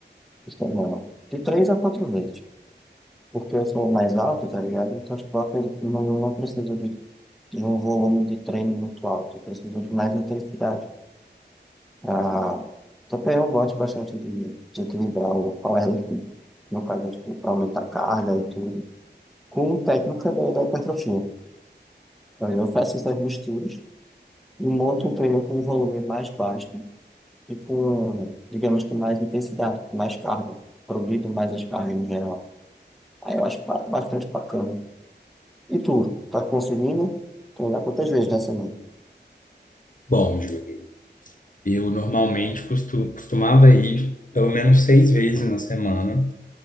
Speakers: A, in the centre; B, on the left.
A: por semana. De três a quatro vezes, porque eu sou mais alto, tá ligado? Então, tipo, eu acredito que não, não preciso de, de um volume de treino muito alto, eu preciso de mais intensidade. Ah, também eu gosto bastante de, de equilibrar o powerlifting, no caso, é, tipo, pra aumentar a carga e tudo, com técnica da, da hipertrofia. Então, eu faço essas misturas e monto um treino com um volume mais baixo e com, digamos que, mais intensidade, mais carga, progrido mais as cargas em geral. Aí eu acho ba- bastante bacana. E tu, tá conseguindo treinar quantas vezes na semana?
B: Bom, Júlio, eu normalmente costu- costumava ir pelo menos seis vezes na semana,